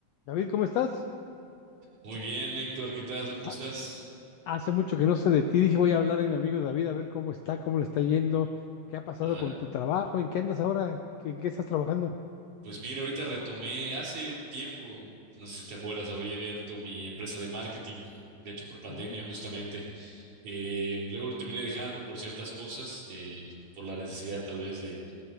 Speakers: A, on the left (about 90°); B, on the right (about 45°).
A: David, ¿cómo estás?
B: Muy bien, Héctor, ¿qué tal? ¿Tú cómo
A: Ha-
B: estás?
A: Hace mucho que no sé de ti. Dije, voy a hablar de mi amigo David, a ver cómo está, cómo le está yendo, qué ha pasado
B: ¿Verdad?
A: con tu trabajo, en qué andas ahora, qué- en qué estás trabajando.
B: Pues mira, ahorita retomé hace un tiempo, no sé si te acuerdas, habría abierto mi empresa de marketing, de hecho por pandemia
A: Ujú.
B: justamente. Eh, luego lo terminé dejando por ciertas cosas, eh, por la necesidad tal vez de,